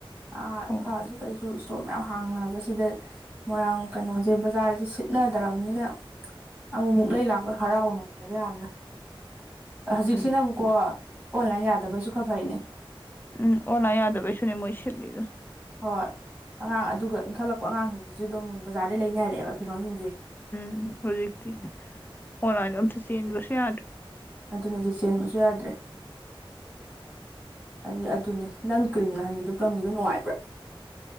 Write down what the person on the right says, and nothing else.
ꯑꯥ
ꯏꯝꯐꯥꯜꯁꯨ ꯀꯩꯁꯨ ꯏꯁꯇꯣꯔ ꯃꯌꯥꯝ ꯍꯥꯡꯅꯕꯁꯤꯗ ꯃꯣꯏꯔꯥꯡ ꯀꯩꯅꯣꯖꯦ ꯕꯖꯥꯔꯖꯦ ꯁꯤꯠꯅꯗ꯭ꯔꯕꯅꯤꯅ ꯑꯃꯨꯛꯃꯨꯛ ꯂꯩ ꯂꯥꯛꯄ ꯍꯔꯥꯎꯅꯕꯅꯦꯕ ꯌꯥꯝꯅ ꯑꯥ ꯍꯧꯖꯤꯛꯁꯤꯅ
ꯑꯃꯨꯛꯀꯣ ꯑꯣꯟꯂꯥꯏꯟ ꯌꯥꯗꯕꯩꯁꯨ ꯈꯔ ꯐꯩꯅꯦ
ꯍꯣꯏ ꯑꯉꯥꯡ ꯑꯗꯨꯒ ꯏꯟꯈꯠꯂꯛꯄ ꯑꯉꯥꯡꯁꯤꯡꯁꯤꯖꯨ ꯑꯗꯨꯝ ꯕꯖꯥꯔꯗꯩ ꯂꯩꯅꯔꯦꯕ ꯐꯤꯔꯣꯟꯁꯤꯡꯁꯦ
ꯑꯗꯨꯅꯖꯨ ꯆꯦꯟꯕꯁꯨ ꯌꯥꯗ꯭ꯔꯦ ꯑꯩ ꯑꯗꯨꯅꯦ ꯅꯪ ꯀ꯭ꯔꯤꯝ ꯅꯍꯟꯒꯤꯗꯣ ꯄꯂꯝꯒꯤꯗꯣ ꯅꯨꯡꯉꯥꯏꯕ꯭ꯔꯥ